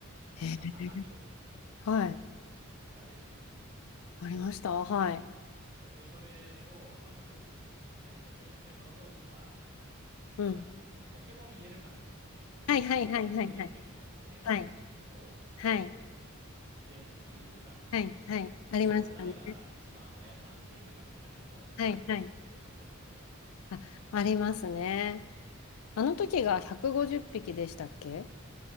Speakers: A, on the left; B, on the right.
A: へえ
B: あ、違う、赤、緑か、
A: はい。
B: が出たんですよ。
A: ありました。はい。
B: そうで、それをあのよくやってて、で、その当時は、あれなんですよ、
A: うん。
B: そのポケモン言えるかなっていう歌、
A: はいはいはいはいはい。
B: 150匹のポケモンをこ
A: はい。はい
B: う全部言う歌があって、
A: はい、はい。
B: それを誰が一番早く暗記できるかみたいなことをクラスメートと競ってた覚えはありますね。
A: ありましたね。はい、はい。あ、ありますね。あの時が150匹でしたっけ